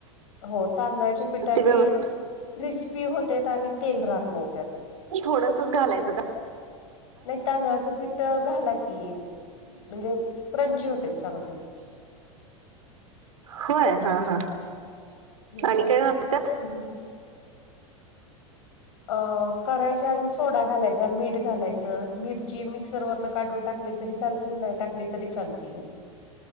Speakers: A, on the left; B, on the right.
A: हो, तांदळाच्या पिठाने
B: व्यवस्थित
A: क्रिस्पी होतेत आणि तेल राहत नाही त्यात.
B: थोडसच घालायचं का
A: नाही तांदळाचं पीठ घाला की म्हणजे क्रंची होते चांगले
B: होय हा हा
A: हम्
B: आणि काय घालतात
A: <unintelligible> अ करायच्या आणि सोडा घालायचा मीठ घालायचं मिरची मिक्सर वरन काढून टाकली तरी चालती नाही टाकली तरी चालती